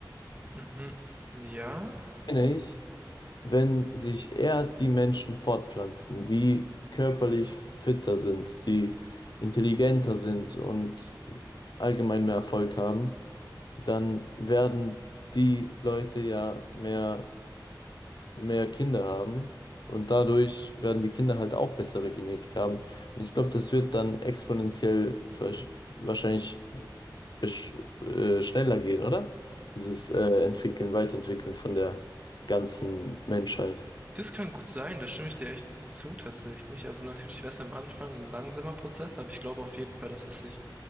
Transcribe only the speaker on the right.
Mhm. Ja.
Das kann gut sein, da stimme ich dir echt zu tatsächlich. Also natürlich wäre es am Anfang ein langsamer Prozess, aber ich glaube auf jeden Fall, dass es sich